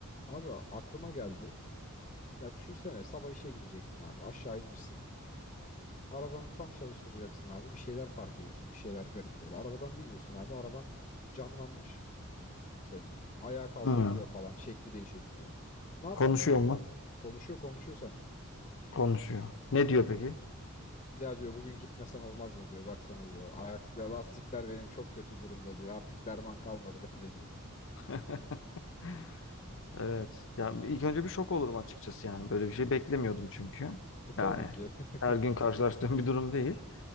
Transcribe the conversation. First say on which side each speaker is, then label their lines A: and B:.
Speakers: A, on the left; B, on the left.
A: Abi aklıma geldi. Ya düşünsene sabah işe gideceksin abi. Aşağı inmişsin. Arabanı tam çalıştıracaksın abi. Bir şeyler fark ediyorsun. Bir şeyler garip böyle. Arabadan biniyorsun abi. Araban canlanmış senin. Ayağa kalkabiliyor
B: Hı.
A: falan. Şekli değişebiliyor. Ne yapardın
B: Konuşuyor
A: abi?
B: mu?
A: Konuşuyor konuşuyor seninle.
B: Konuşuyor. Ne diyor peki?
A: Ya diyor bugün gitmesen olmaz mı diyor. Baksana diyor. Ayak lastikler benim çok kötü durumda diyor. Artık derman kalmadı <laughs> bende diyor.
B: <laughs> Evet. Ya ilk önce bir şok olurum açıkçası yani. Böyle bir şey beklemiyordum çünkü.
A: E tabii
B: Yani
A: ki. <laughs>
B: her gün karşılaştığım bir durum değil.